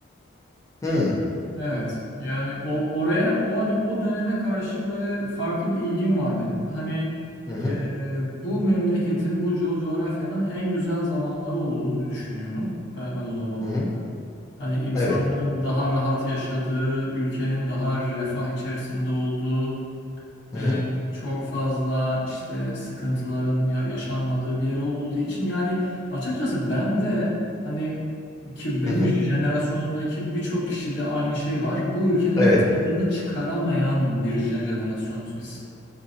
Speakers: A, on the left; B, on the left.
A: Hı.
B: Evet. Yani o oraya o hani o döneme karşı böyle farklı bir ilgim var benim. Hani
A: Hı hı.
B: e, bu memleketin, bu co- coğrafyanın en güzel zamanları olduğunu düşünüyorum. Ben ben o zamanların.
A: Hı hı.
B: Hani insanların
A: Evet.
B: daha rahat yaşadığı, ülkenin daha refah içerisinde olduğu,
A: Hı
B: ee,
A: hı.
B: çok fazla işte sıkıntıların ya- yaşanmadığı bir yer olduğu için yani açıkçası ben de hani ki benim
A: Hı hı.
B: jenerasyonumdaki birçok kişide aynı şey var. Bu ülkenin
A: Evet.
B: tadını çıkaramayan bir je- jenerasyonuz biz.